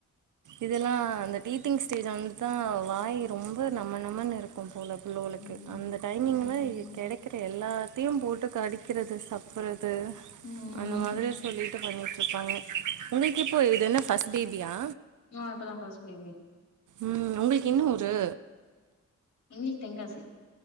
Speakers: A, on the right; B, on the left.
A: இதெல்லா அந்த டீட்டிங் ஸ்டேஜ் வந்துதா வாய் ரொம்ப நம நமநமன்னு இருக்கு போல நூலுக்கு
B: ம்.
A: அந்த டைமிங்ல
B: ம்.
A: இது கெடக் இருக்ற எல்லாத்தையு போட்டு கடிக்கிறது சப்புறது
B: ம்.
A: அந்த மாரி சொல்லிட்டு பண்ணிட்டு இருப்பாங்க உங்களுக்கு இப்போ இது என்ன ஃபஸ்ட் பேபியா
B: ஆ இப்பதா ஃப்ஸ்ட் பேபி
A: ம் உங்களுக்கு என்ன ஊரு
B: எங்களுக்கு தென்காசி